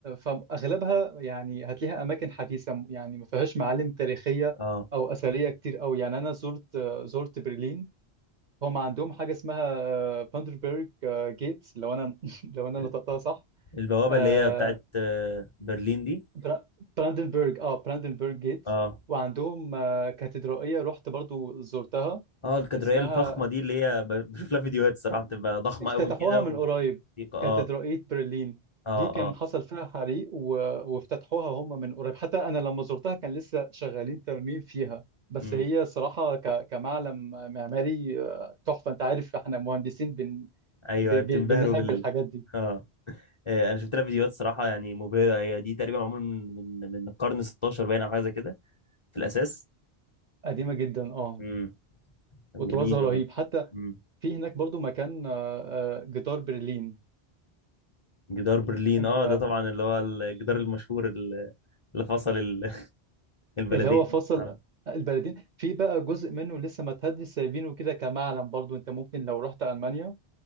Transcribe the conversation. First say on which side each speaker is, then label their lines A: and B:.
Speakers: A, on the right (about 50°); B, on the left (about 35°).
A: فأغلبها يعني هتلاقيها أماكن حديثة يعني ما فيهاش معالم تاريخية
B: اه
A: أو أثرية كتير أوي يعني أنا زرت زرت برلين هم عندهم حاجة اسمها باندربرج جيتس لو أنا <laughs> لو أنا
B: ال-
A: نطقتها صح
B: البوابه
A: آه،
B: اللي هي بتاعت آه، برلين دي
A: برا- براندنبرج اه براندنبرج جيتس
B: اه
A: وعندهم آه، كاتدرائية رحت برضو زرتها
B: اه الكاتدرائيه
A: اسمها
B: الفخمه دي اللي هي ب- بشوف لها فيديوهات الصراحه بتبقى ضخمه
A: افتتحوها
B: قوي كده
A: من
B: و...
A: قريب
B: اه
A: كاتدرائية برلين
B: اه
A: دي كان
B: اه
A: حصل فيها حريق و... وافتتحوها هم من قريب حتى أنا لما زرتها كان لسه شغالين ترميم فيها بس
B: امم
A: هي صراحة ك... كمعلم معماري آه، تحفة أنت عارف إحنا مهندسين بن...
B: ايوه
A: ب... ب...
B: بتنبهروا
A: بنحب
B: بال
A: الحاجات دي
B: اه آه، انا شفت لها فيديوهات صراحه يعني مبهره هي دي تقريبا معمول من من من القرن 16 باين او حاجه زي كده في الاساس
A: قديمة جدا أه
B: امم كان
A: وطرازها
B: جميل
A: رهيب
B: والله
A: حتى
B: امم
A: في هناك برضو مكان آه، آه، جدار برلين
B: جدار برلين
A: أنت
B: اه ده طبعا اللي هو الجدار المشهور ال- اللي فصل ال- <laughs> البلدين
A: اللي هو فصل
B: اه
A: البلدين في بقى جزء منه لسه ما تهدي سايبينه كده كمعلم برضو أنت ممكن لو رحت ألمانيا